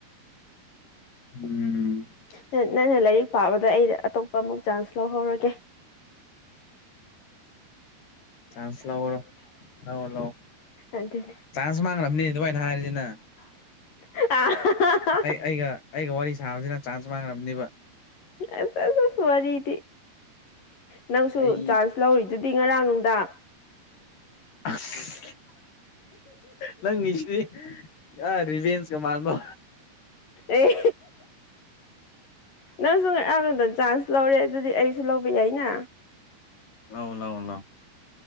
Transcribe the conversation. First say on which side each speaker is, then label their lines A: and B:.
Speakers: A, on the left; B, on the left.
A: ꯎꯝ
B: ꯅꯪ ꯅꯪꯅ ꯂꯥꯏꯔꯤꯛ ꯄꯥꯕꯗ ꯑꯩ ꯑꯇꯣꯞꯄ ꯑꯃꯨꯛ ꯆꯥꯟꯁ ꯂꯧꯍꯧꯔꯒꯦ
A: ꯆꯥꯟꯁ ꯂꯧꯔꯣ ꯂꯧꯔꯣ ꯂꯧ
B: ꯑꯗꯨꯅꯦ
A: ꯆꯥꯟꯁ ꯃꯥꯡꯂꯝꯅꯤ ꯑꯗꯨꯃꯥꯏꯅ ꯍꯥꯏꯔꯗꯤ ꯅꯪ
B: <unintelligible>
A: ꯑꯩ ꯑꯩꯒ ꯑꯩꯒ ꯋꯥꯔꯤ ꯁꯥꯕꯁꯤ ꯅꯪ ꯆꯥꯟꯁ ꯃꯥꯡꯅꯕꯅꯤꯕ
B: ꯑꯁ ꯑꯁ ꯑꯁ ꯋꯥꯔꯤꯗꯤ ꯅꯪꯁꯨꯨ
A: ꯑꯩ
B: ꯆꯥꯟꯁ ꯂꯧꯔꯤꯗꯨꯗꯤ ꯉꯔꯥꯡ ꯅꯨꯡꯗꯥꯡ
A: ꯑꯁ ꯅꯪꯒꯤꯁꯤꯗꯤ ꯑꯥ ꯔꯤꯚꯦꯟꯁꯀ ꯃꯥꯟꯕ
B: ꯑꯦ ꯅꯪꯁꯨ <unintelligible> ꯆꯥꯟꯁ ꯂꯧꯔꯦ ꯑꯗꯨꯗꯤ ꯑꯩꯁꯨ ꯂꯧꯕ ꯌꯥꯏꯅ
A: ꯂꯧ ꯂꯧ ꯂꯧ